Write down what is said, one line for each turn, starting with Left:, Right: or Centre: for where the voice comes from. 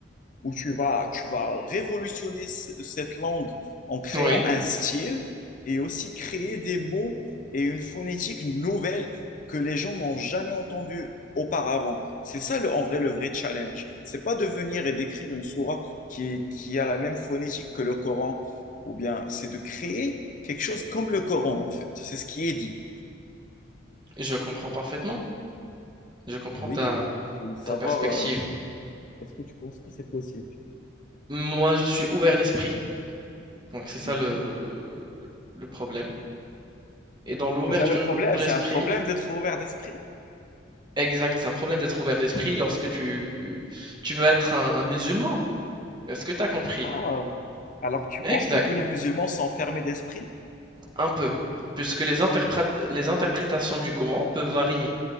Left: où tu vas, tu vas révolutionner ce- cette langue en créant
Right: Oui,
Left: un style et aussi créer des mots et une phonétique nouvelle que les gens n'ont jamais entendu auparavant. C'est ça le, en vrai le vrai challenge. C'est pas de venir et d'écrire une sourate qui, qui a la même phonétique que le Coran, ou bien c'est de créer quelque chose comme le Coran en fait. C'est ce qui est dit.
Right: je comprends parfaitement. Je comprends
Left: Oui,
Right: ta,
Left: et je voulais savoir,
Right: ta perspective.
Left: euh, est-ce que tu penses que c'est possible?
Right: Moi, je suis ouvert d'esprit. Donc c'est ça
Left: Mhm.
Right: le, le problème. Et dans l'ouverture
Left: C'est ça le problème,
Right: d'esprit,
Left: c'est un problème d'être ouvert d'esprit.
Right: exact, c'est un problème d'être ouvert d'esprit lorsque tu, tu veux être un, un musulman. Est-ce que tu as compris?
Left: Ah, alors tu
Right: Exact,
Left: penses que tous les musulmans sont fermés d'esprit?
Right: un peu. Puisque les interprét- les interprétations du Coran peuvent varier.